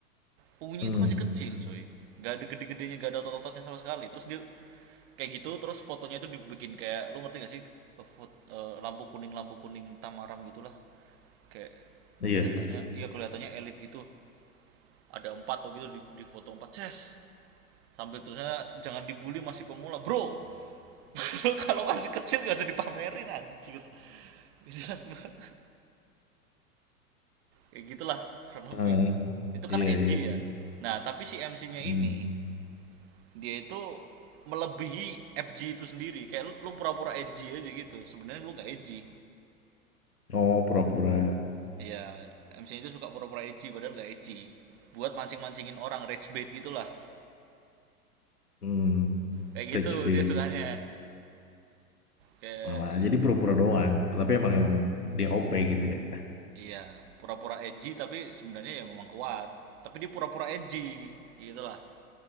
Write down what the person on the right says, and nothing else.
punggungnya
itu masih kecil coy nggak ada gede-gedenya nggak ada otot-ototnya sama sekali terus dia kayak gitu terus fotonya itu dibikin kayak lu ngerti gak sih Fot- eh, lampu kuning lampu kuning tamaram gitulah kayak
kelihatannya iya kelihatannya elit gitu ada empat tuh gitu di, di foto empat ces sambil tulisannya jangan dibully masih pemula bro <laughs> kalau masih kecil gak usah dipamerin anjir jelas banget kayak gitulah kurang
lebih itu kan
edgy
ya nah tapi si MC-nya ini
dia itu melebihi FG itu sendiri kayak lu, pura-pura edgy aja gitu sebenarnya lu nggak edgy
ya MC-nya itu suka pura-pura edgy padahal nggak edgy buat mancing-mancingin orang rage bait gitulah
kayak
gitu
dia sukanya kayak
Iya, pura-pura edgy tapi sebenarnya ya memang kuat. Tapi dia pura-pura edgy, gitu lah.